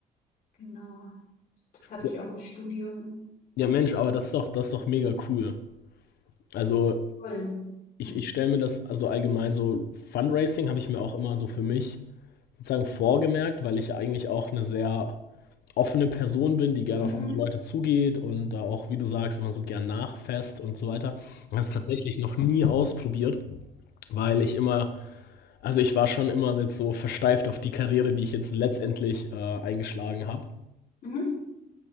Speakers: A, on the left; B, on the left.
A: Genau. Das hatte
B: ja.
A: ich auch im Studium.
B: Ja, Mensch, aber das ist doch, das ist doch mega cool. Also,
A: Toll.
B: Ich,
A: Mhm.
B: ich stelle mir das also allgemein so, Fundraising habe ich mir auch immer so für mich sozusagen vorgemerkt, weil ich ja eigentlich auch eine sehr offene Person bin, die gerne
A: Mhm.
B: auf andere Leute zugeht und da auch, wie du sagst, immer so gern nachfasst und so weiter. Ich habe es tatsächlich noch nie ausprobiert, weil ich immer, also ich war schon immer jetzt so versteift auf die Karriere, die ich jetzt letztendlich äh, eingeschlagen habe.
A: Mhm.